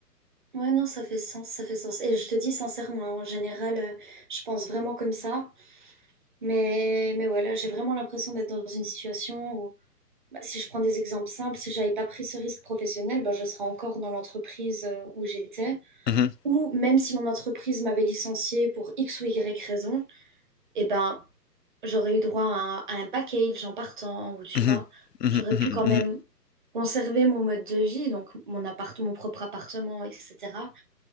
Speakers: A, on the right (about 30°); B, on the left (about 70°).
A: Ouais, non, ça fait sens, ça fait sens. Et je te dis sincèrement, en général, euh, je pense vraiment comme ça. Mais, mais voilà, j'ai vraiment l'impression d'être dans une situation où, bah, si je prends des exemples simples, si j'avais pas pris ce risque professionnel, bah, je serais encore dans l'entreprise euh, où j'étais.
B: Mhm,
A: Ou même si mon entreprise m'avait licenciée pour X ou Y raison, eh ben, j'aurais eu droit à, à un package en partant, ou tu
B: mhm,
A: vois,
B: mhm,
A: j'aurais
B: mhm,
A: pu quand
B: mhm.
A: même conserver mon mode de vie, donc mon appart, mon propre appartement, etc.